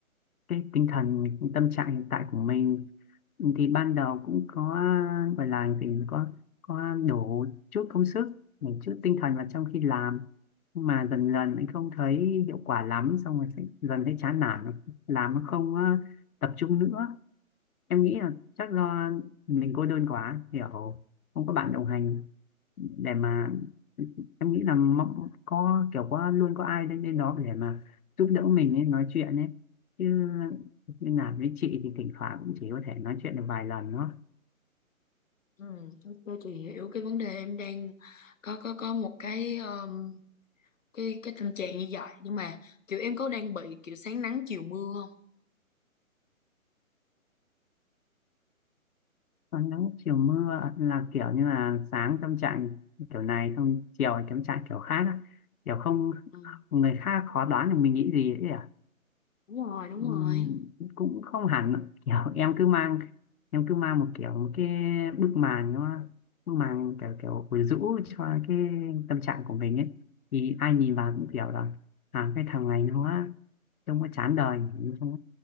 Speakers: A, on the left (about 80°); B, on the left (about 60°).
A: cái tinh thần cái tâm trạng hiện tại của mình thì ban đầu cũng có gọi là gì có có đổ chút công sức một chút tinh thần vào trong khi làm nhưng mà dần dần anh không thấy hiệu quả lắm xong rồi sẽ, dần thấy chán nản làm nó không ờ, tập trung nữa em nghĩ là chắc do mình cô đơn quá hiểu không có bạn đồng hành để mà em nghĩ là mong- có kiểu có luôn có ai đến đến đó để mà giúp đỡ mình ấy nói chuyện ấy chứ như làm với chị thì thỉnh thoảng cũng chỉ có thể nói chuyện được vài lần thôi
B: Ừ, ok chị hiểu cái vấn đề em đang có có có một cái um, cái cái tình trạng như vậy nhưng mà kiểu em có đang bị kiểu sáng nắng chiều mưa không?
A: còn nắng chiều mưa là kiểu như là sáng tâm trạng kiểu này xong chiều là tâm trạng kiểu khác á. kiểu không
B: Ừ,
A: người khác khó đoán được mình nghĩ gì ấy
B: đúng rồi đúng
A: Ừm,
B: rồi
A: cũng không hẳn ạ. kiểu em cứ mang em cứ mang một kiểu một cái bức màn nó bức màn kiểu kiểu quyến rũ cho cái tâm trạng của mình ấy thì ai nhìn vào cũng kiểu là à cái thằng này nó trông nó chán đời trông